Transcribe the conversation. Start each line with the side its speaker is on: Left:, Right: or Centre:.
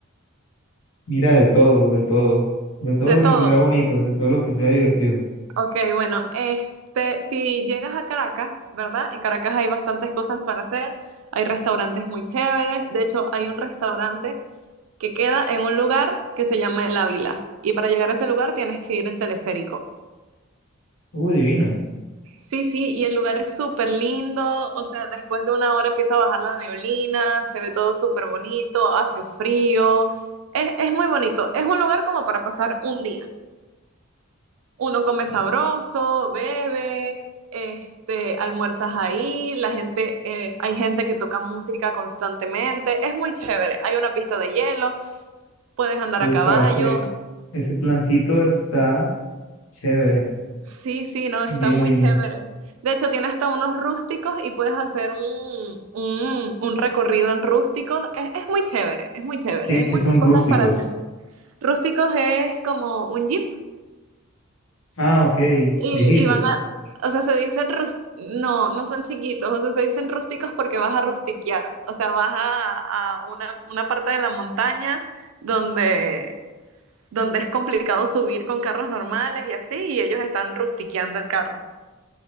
Left: Mira, de todo, de todo, de todo
Right: de
Left: lo
Right: todo.
Left: que se vea bonito, de todo lo que sea divertido.
Right: Ok, bueno, este, si llegas a Caracas, ¿verdad? En Caracas hay bastantes cosas para hacer, hay restaurantes muy chéveres, de hecho, hay un restaurante que queda en un lugar que se llama El Ávila, y para llegar a ese lugar tienes que ir en teleférico.
Left: Uy, divino.
Right: Sí, sí, y el lugar es súper lindo, o sea, después de una hora empieza a bajar la neblina, se ve todo súper bonito, hace frío, es, es muy bonito, es un lugar como para pasar un día. Uno come sabroso, bebe, este, almuerzas ahí, la gente, eh, hay gente que toca música constantemente, es muy chévere, hay una pista de hielo, puedes andar
Left: Upa,
Right: a caballo,
Left: ese, ese plancito está chévere,
Right: Sí, sí, no, está
Left: bien
Right: muy
Left: lindo.
Right: chévere. De hecho, tiene hasta unos rústicos y puedes hacer un, un, un recorrido en rústicos. Es, es muy chévere, es muy chévere.
Left: ¿Qué,
Right: Hay
Left: qué
Right: muchas
Left: son
Right: cosas
Left: rústicos?
Right: para hacer. Rústicos es como un jeep
Left: Ah, ok,
Right: y,
Left: viejito.
Right: y van a, o sea, se dicen, rus- no, no son chiquitos, o sea, se dicen rústicos porque vas a rustiquear. O sea, vas a, a una, una parte de la montaña donde, donde es complicado subir con carros normales y así, y ellos están rustiqueando el carro.